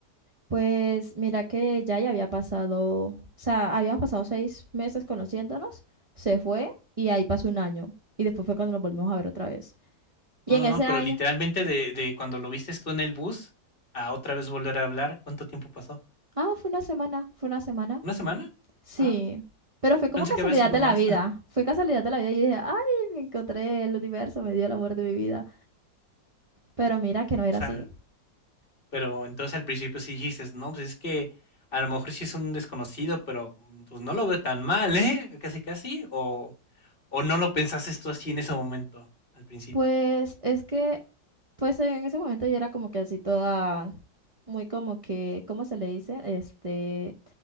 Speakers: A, on the right; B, on the left.
A: pues mira que ya ya había pasado, o sea, habíamos pasado seis meses conociéndonos, se fue y ahí pasó un año y después fue cuando nos volvimos a ver otra vez.
B: No,
A: Y
B: no,
A: en ese
B: no, pero
A: año,
B: literalmente de, de cuando lo viste tú en el bus a otra vez volver a hablar, ¿cuánto tiempo pasó?
A: ah, fue una semana, fue una semana.
B: ¿Una semana?
A: Sí,
B: Ah,
A: pero fue
B: yo
A: como
B: pensé
A: casualidad
B: que había sido
A: de
B: más.
A: la vida.
B: <laughs>
A: Fue casualidad de la vida y dije, ay, me encontré el universo, me dio el amor de mi vida. Pero mira que no era
B: O sea,
A: así.
B: Pero entonces al principio sí dijiste, no, pues es que a lo mejor sí es un desconocido, pero mm, pues no lo veo tan mal, ¿eh? Casi, casi. O, o no lo pensaste tú así en ese momento, al principio.
A: Pues es que, pues en ese momento yo era como que así toda, muy como que, ¿cómo se le dice? Este,